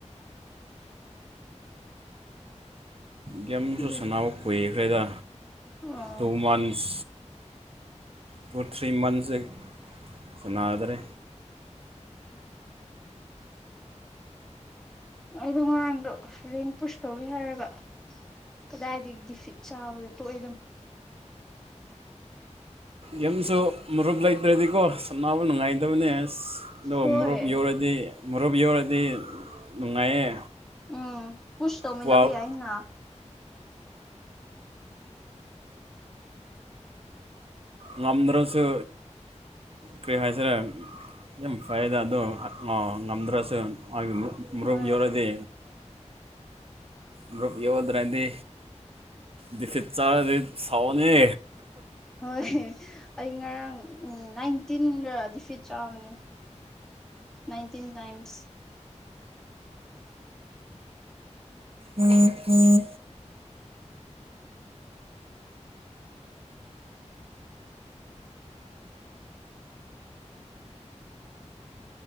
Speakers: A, on the right (about 50°); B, in the centre.
A: ꯒꯦꯝꯁꯨꯨ
B: ꯑꯗꯨꯏ
A: ꯁꯥꯟꯅꯕ ꯀꯨꯏꯈ꯭ꯔꯦꯗ
B: ꯑꯣ
A: two months two three months ꯁꯥꯟꯅꯗ꯭ꯔꯦ
B: ꯑꯩꯗꯣ ꯉꯔꯥꯡꯗꯣ ꯔꯦꯡ ꯄꯨꯁ ꯇꯧꯋꯤ ꯍꯥꯏꯔꯒ ꯀꯗꯥꯏꯗꯒꯤꯗꯤ ꯐꯤꯠ ꯆꯥꯕꯗꯣ ꯇꯣꯛꯏ ꯑꯗꯨꯝ
A: ꯌꯥꯝꯁꯨ ꯃꯔꯨꯞ ꯂꯩꯇ꯭ꯔꯗꯤꯀꯣ ꯁꯟꯅꯕ ꯅꯨꯡꯉꯥꯏꯇꯕꯅꯦ ꯑꯁ ꯑꯗ
B: ꯍꯣꯏ
A: ꯃꯨꯞ ꯌꯧꯔꯗꯤ ꯃꯨꯞ ꯌꯧꯔꯗꯤ ꯅꯨꯡꯉꯥꯏꯌꯦ
B: ꯎꯝ ꯄꯨꯁ ꯇꯧꯃꯤꯅꯚꯩꯌꯥꯏꯅ
A: ꯄꯨꯋꯥ ꯉꯗ꯭ꯔꯁꯨ ꯀꯔꯤ ꯍꯥꯏꯁꯤꯔ ꯌꯥꯝ ꯐꯩꯗ ꯑꯗꯣ ꯑ ꯉꯝꯗ꯭ꯔꯁꯨ ꯍꯥꯏꯒꯅꯨ ꯃꯔꯨꯞ
B: ꯍꯣꯏ
A: ꯌꯧꯂꯗꯤ ꯃꯔꯨꯞ ꯌꯧꯑꯗ꯭ꯔꯗꯤ ꯗꯤꯐꯤꯠ ꯆꯥꯔꯗꯤ ꯁꯥꯎꯑꯣꯅꯦ
B: ꯍꯣꯏ ꯑꯩ ꯉꯔꯥꯡ ꯅꯥꯏꯟꯇꯤꯟꯔ ꯗꯤꯐꯤꯠ ꯆꯥꯕꯅꯦ ꯅꯥꯟꯇꯤꯟ ꯇꯥꯏꯝꯁ
A: ꯎ ꯎ